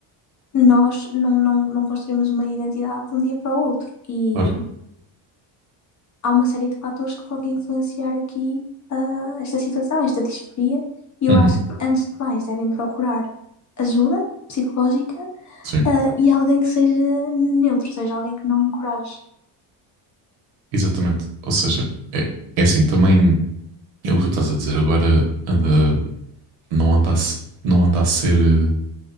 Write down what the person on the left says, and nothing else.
nós não, não, não construímos uma identidade de um dia para o outro. E
há uma série de fatores que podem influenciar aqui ah, esta situação, esta disforia. E eu
acho que, antes de mais, devem procurar ajuda psicológica
ah, e alguém que seja neutro, ou seja, alguém que não encoraje.